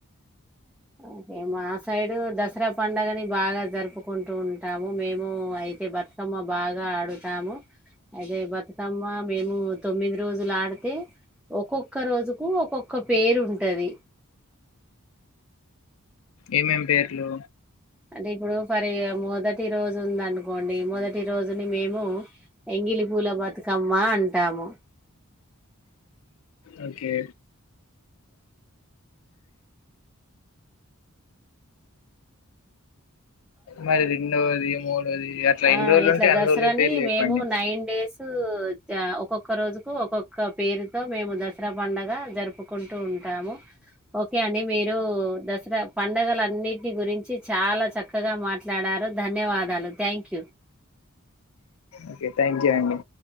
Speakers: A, in the centre; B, on the left (about 70°).
A: ఇగ మా సైడు దసరా పండుగని బాగా జరుపుకుంటూ ఉంటాము మేము అయితే బ తుకమ్మ బాగా ఆడుతాము అదే బతుకమ్మ మేము తొమ్మిది రోజులు ఆడితే ఒక్కొక్క రోజుకు ఒక్కొక్క పేరు ఉంటది
B: ఏమేం పేర్లు
A: అంటే ఇప్పుడు ఫరి మొదటి రోజు ఉందనుకోండి మొదటి రోజుని మేము ఎంగిలి పూల బతుకమ్మా అంటాము
B: ఒకే మరి రెండోది మూడోది అట్లా ఎన్ని
A: ఆ
B: రోజులు
A: ఇట్లా
B: ఉంటే అన్ని
A: దసరాని
B: రోజుల పేర్లు చెప్పండి
A: మేము నైన్ డేస్ ఆ ఒక్కొక్క రోజుకు ఒక్కొక్క పేరుతో మేము దసరా పండగ జరుపుకుంటూ ఉంటాము ఓకే అండి మీరు దసరా పండగలన్నిటి గురించి చాలా చక్కగా మాట్లాడారు ధన్యవాదాలు థ్యాంక్ యూ
B: ఓకేథ్యాంక్ యూ అండి